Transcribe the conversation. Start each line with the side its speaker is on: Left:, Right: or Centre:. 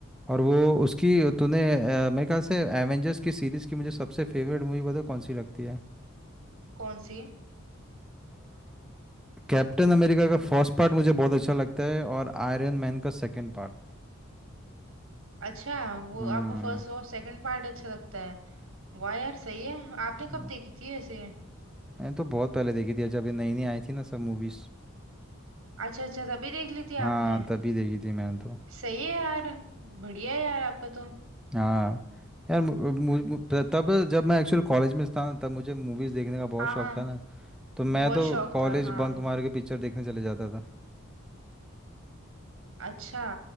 Centre: और वो उसकी तूने अ, मेरे ख्याल से एवेंजर्स की सीरीज की मुझे सबसे फेवरेट मूवी पता है कौन सी लगती है
Right: कौन सी
Centre: कैप्टन अमेरिका का फर्स्ट पार्ट मुझे बहुत अच्छा लगता है और आयरन मैन का सेकंड पार्ट
Right: अच्छा वो
Centre: हम्म
Right: आपको फर्स्ट और सेकंड पार्ट अच्छा लगता है वाह यार सही है आपने
Centre: हम्म।
Right: कब देखी थी ऐसे
Centre: मैंने तो बहुत पहले देखी थी जब ये नई नई आई थी ना सब मूवीज
Right: अच्छा अच्छा तभी देख ली थी
Centre: हाँ
Right: आपने
Centre: तभी देखी थी मैंने तो
Right: सही है यार बढ़िया है यार आपका तो
Centre: हाँ यार मु- मु- मु- त- तब जब मैं एक्चुअल कॉलेज में था ना तब मुझे मूवीज देखने का बहुत
Right: हाँ
Centre: शौक
Right: हाँ
Centre: था ना तो मैं
Right: बहुत
Centre: तो
Right: शौक
Centre: कॉलेज
Right: था हाँ
Centre: बंक मार के पिक्चर देखने चले जाता था
Right: अच्छा